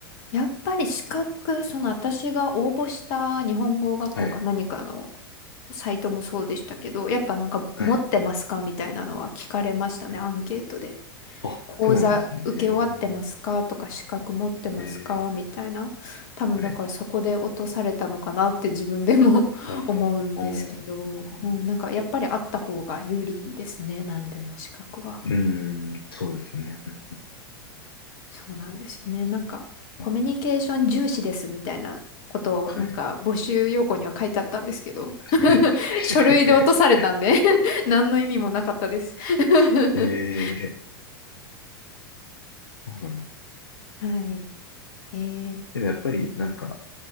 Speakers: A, on the left (about 50°); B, on the left (about 70°).
A: やっぱり資格、その私が応募した日本語学校か何かの
B: うんはい。
A: サイトもそうでしたけど、やっぱなんか持ってますかみたいなのは聞かれましたね、
B: はい。
A: アンケートで。
B: あ、
A: 講座受け終わってますかとか資格持ってますかみたいな。
B: そうなんですね。ええええ
A: 多分だからそこで落とされたのかなって自分でも
B: はい。
A: <laughs>
B: あーあー、
A: 思うんですけど、
B: なるほどね。
A: うんなんかやっぱりあった方が有利ですね、何でも資格は。
B: うん、そうですね。うん
A: そうなんですよね。なんか、コミュニケーション重視ですみたいなことを、
B: うんはい。
A: なんか、募集要項には書いてあったんですけど、
B: <laughs>
A: <laughs> 書類で落とされたんで
B: え
A: <laughs> 何の意味もなかったです <laughs>
B: ええーそうなんだ。
A: はい。えー、
B: けどやっぱりなんか